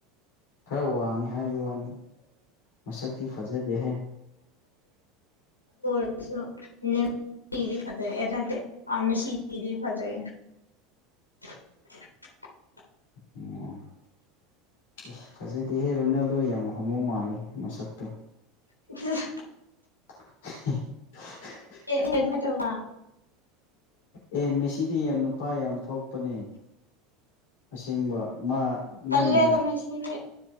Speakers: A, on the left; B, on the left.
A: ꯈꯔ ꯋꯥꯡ ꯍꯥꯏꯕ ꯋꯥꯅꯤ ꯃꯁꯛꯇꯤ ꯐꯖꯗꯦꯍꯦ
B: ꯖꯁꯣ ꯅꯦꯝ ꯇꯤꯗꯤ ꯐꯖꯩ ꯑꯦ ꯅꯠꯇꯦ ꯑꯥ ꯃꯦꯁꯤꯗꯤ ꯐꯖꯩꯌꯦ <unintelligible>
A: ꯎꯝ ꯏꯁ ꯐꯖꯗꯦꯍꯦ ꯔꯨꯅꯥꯜꯗꯣ ꯌꯥꯝ ꯍꯣꯝꯃꯣ ꯃꯥꯜꯂꯦ ꯃꯁꯛꯇꯣ
B: ꯎꯛ ꯆꯠ ꯁꯁ
A: <unintelligible>
B: ꯑꯦ ꯑꯩꯅ ꯑꯗꯨꯃꯥꯏ ꯇꯧꯕ
A: ꯑꯦ ꯃꯦꯁꯤꯗꯤ ꯌꯥꯝ ꯅꯨꯄꯥ ꯌꯥꯝ ꯊꯣꯛꯄꯅꯦ ꯑꯁꯦꯡꯕ ꯃꯥ
B: ꯇꯜꯂꯦꯗ
A: ꯅꯪꯅ
B: ꯃꯦꯁꯤꯗꯤ